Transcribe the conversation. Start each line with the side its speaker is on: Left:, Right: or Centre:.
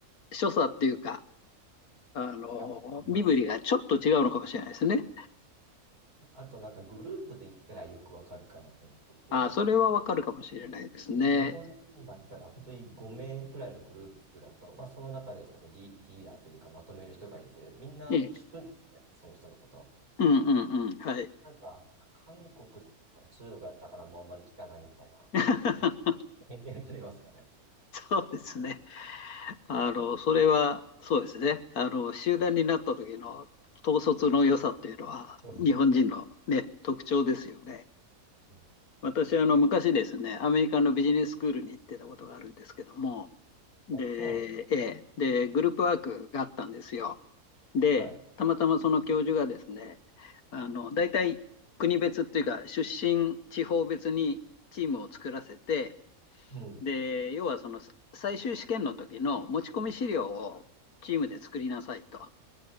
Left: 所作っていうか、あの、
Right: があります。
Left: 身振りがちょっと違うのかもしれないですね。
Right: あと、なんかグループで行ったらよくわかるかなと思っていて、
Left: あ、それはわかるかもしれないですね。
Right: 日本人だったら本当に5名くらいのグループだと、まあ、その中でちょっとリ、リーダーというかまとめる人がいて、みんな聞くんですね、
Left: ええ、
Right: その人のこと。
Left: うんうんうん、はい。
Right: なんか、韓国だったから、中国だったからもうあんまり聞かないみたいな。
Left: <laughs>
Right: <laughs> え、出れますかね。
Left: そうですね。あの、それは、そうですね。あの、集団になった時の統率の良さっていうのは、
Right: <laughs> そうですね
Left: 日本人のね、特徴ですよね。
Right: うん
Left: 私、あの、昔ですね、アメリカのビジネススクールに行ってたことがあるんですけども、で、
Right: あ、そうなんです
Left: ええで、グループワークがあったんですよ。で、
Right: か。はい。
Left: たまたまその教授がですね、あの、大体国別っていうか、出身地方別にチームを作らせて、
Right: うん。
Left: で、要はその最終試験の時の持ち込み資料をチームで作りなさいと。